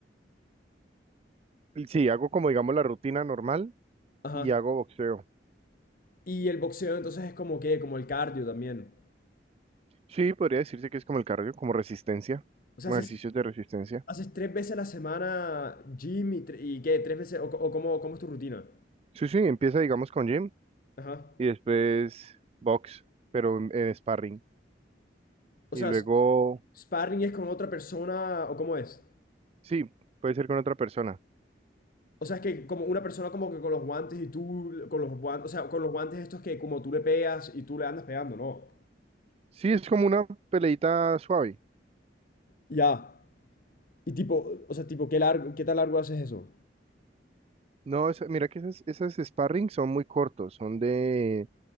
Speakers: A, on the right (about 35°); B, on the left (about 50°).
A: Sí, hago como digamos la rutina normal
B: Ajá.
A: y hago boxeo.
B: Y el boxeo entonces es como que, como el cardio también.
A: Sí, podría decirse que es como el cardio, como resistencia,
B: O sea,
A: como
B: haces,
A: ejercicios de resistencia.
B: haces tres veces a la semana gym y, tre- y qué, tres veces, o, co- o cómo, cómo es tu rutina.
A: Sí, sí, empieza digamos con gym.
B: Ajá.
A: y después box, pero en, en sparring.
B: O
A: Y
B: sea,
A: luego,
B: s- sparring es con otra persona, o cómo es.
A: sí, puede ser con otra persona.
B: O sea, es que como una persona como que con los guantes y tú l- con los guantes, o sea, con los guantes estos que como tú le pegas y tú le andas pegando, ¿no?
A: Sí, es como una peleita suave.
B: Ya. Y tipo, o sea, tipo, ¿qué largo, qué tan largo haces eso?
A: No, esa- mira que esas, esas sparring son muy cortos, son de,